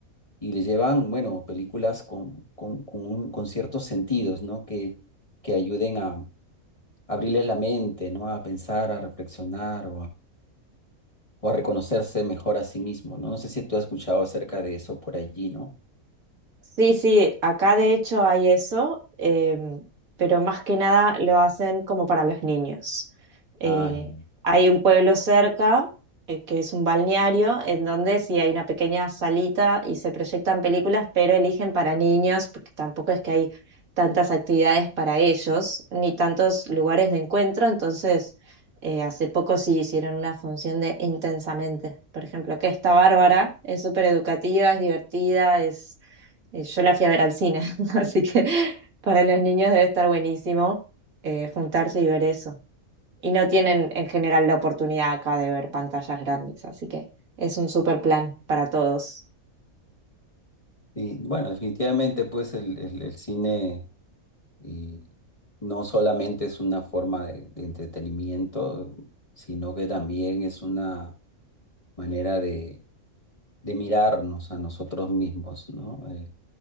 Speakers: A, on the left (about 25°); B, on the right (about 75°).
A: Y les llevan, bueno, películas con, con, con un- con ciertos sentidos, ¿no? Que, que ayuden a, abrirles la mente, ¿no? A pensar, a reflexionar o a reconocerse mejor a sí mismo, ¿no? No sé si tú has escuchado acerca de eso por allí, ¿no?
B: Sí, sí, acá de hecho hay eso, em, pero más que nada lo hacen como para los niños. Eh,
A: Ah, ya.
B: hay un pueblo cerca, eh, que es un balneario, en donde sí hay una pequeña salita y se proyectan películas, pero eligen para niños, porque tampoco es que hay tantas actividades para ellos, ni tantos lugares de encuentro. Entonces, eh, hace poco sí hicieron una función de Intensamente, por ejemplo, que está bárbara, es súper educativa, es divertida, es eh, yo la fui a ver al cine, <laughs> así que para los niños debe estar buenísimo eh, juntarse y ver eso. Y no tienen en general la oportunidad acá de ver pantallas grandes, así que es un super plan para todos.
A: Y bueno, definitivamente, pues el, el- el cine y no solamente es una forma de, de entretenimiento, sino que también es una manera de, de mirarnos a nosotros mismos, ¿no? Eh,